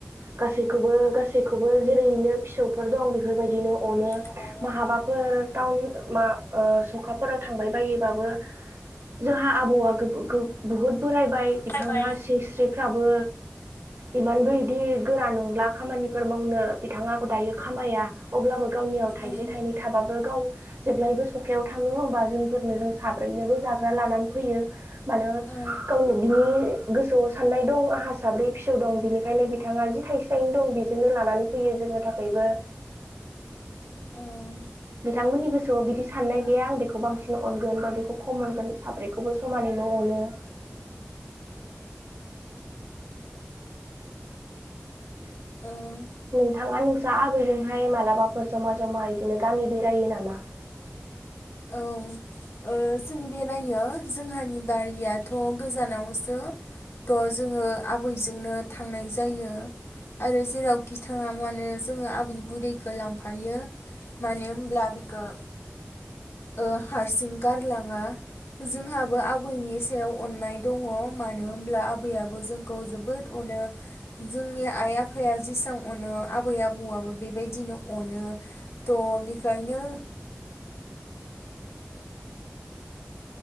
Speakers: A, on the right; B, on the left.
A: गासैखौबो गासैखौबो जेरैनो फिसौफोर दं बेफोरबायदिनो अनो
B: बिदिनो अनो
A: महाबाफोर टाउन मा सखाफोराव थांबाय बायोबाबो जोंहा आबौआ बहुद बोराय बाय बिथाङा
B: जाहैबाय
A: सिनस्रि फोराबो इमानबो इदि गोरा नंला खामानिफोर मावनो बिथाङा दायो खामाया अब्लाबो गावनियाव थाइसे
B: ओं
A: थाइनै थाबाब बो गाव जेब्लायबो सखायाव थाङो होमबा जोंफोरनो जों साब्रैनोबो जाग्रा लानानै फैयो, मानो
B: औ
A: गावनो बिनि गोसोआव साननाय दं आंहा साब्रै फिसौ दं बेनिखायनो बिथां बिथाङा जि थाइसे थाइनै दं बेजोंनो लानानै फैयो जोंनि थाखायबो,
B: औ
A: बिथांमोननि गोसोआव बिदि साननाय गैया आं बेखौ बांसिन अनगोन बा बेखौ खम मोनगोन साब्रैखौबो समानैनो अनो, <inaudible>
B: ओं
A: नोंथाङा नों जा आबैजोंहाय मालाबाफोर जमा जमा बिदिनो गामि बेरायो नामा?
B: औ ओ जों बेरायो जोंहानि बारियाथ' गोजानावसो थ' जोङो आबैजोंनो थांनाय जायो आरो जेरावखि थाङा मानो जोङो आबै बुरैखौ लांफायो मानो होनब्ला बिखो ओ हारसिं गारलाङा जोंहाबो आबैनि सायाव अननाय दङ मानो होमब्ला आबैयाबो जोंखौ जोबोद अनो जोंनि आइ आफाया जेसां अनो आबै आबौआबो बेबायदिनो अनो थ' बेखायनो